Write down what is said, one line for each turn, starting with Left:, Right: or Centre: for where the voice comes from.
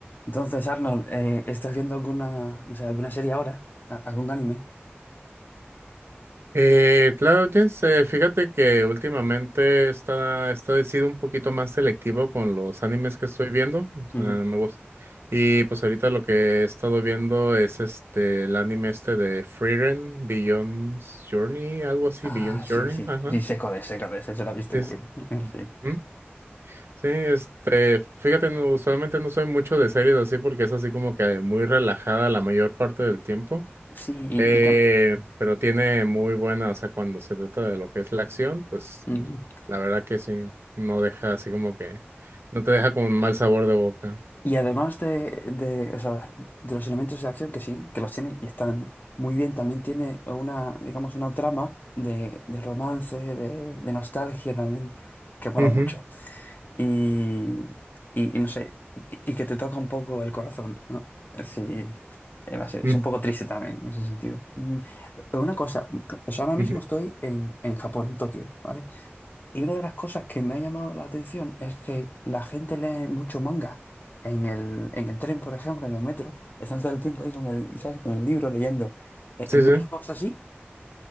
Left: Entonces, Arnold, eh, ¿estás viendo alguna, no sé, alguna serie ahora? ¿A- ¿Algún anime?
Right: Eh, claro, Jens, eh, fíjate que últimamente está, está he sido un poquito más selectivo con los animes que estoy viendo. O
Left: Ujú.
Right: sea, me gusta. Y pues ahorita lo que he estado viendo es este el anime este de Frieren, Beyond Journey, algo así,
Left: Ah,
Right: Beyond Journey,
Left: sí, sí,
Right: ajá.
Left: sí, sé cuál es, sé cuál es, se la he visto.
Right: Es-
Left: güey. <laughs>
Right: Ujú. Sí, este, fíjate, no, usualmente no soy mucho de series así porque es así como que muy relajada la mayor parte del tiempo.
Left: Sí, sí,
Right: Eh,
Left: y, y tam-
Right: pero tiene muy buena, o sea, cuando se trata de lo que es la acción, pues
Left: ujú.
Right: mm, la verdad que sí, no deja así como que, no te deja con un mal sabor de boca.
Left: Y además de, de, o sea, de los elementos de acción que sí, que los tiene y están muy bien, también tiene una, digamos, una trama de, de romance, de, de nostalgia también, que mola
Right: Ujú,
Left: mucho. y, y- y no sé, y, y que te toca un poco el corazón, ¿no? Sí, eh, va a ser-
Right: mm,
Left: es un poco triste también en ese sentido. Mm, Pero una cosa, o sea, ahora mismo
Right: ujú.
Left: estoy en, en Japón, en Tokio, ¿vale? Y una de las cosas que me ha llamado la atención es que la gente lee mucho manga. En el, en el tren, por ejemplo, en el metro, están todo el tiempo ahí con el, ¿sabes? Con el libro leyendo. ¿En
Right: Sí,
Left: en
Right: sí.
Left: México es así?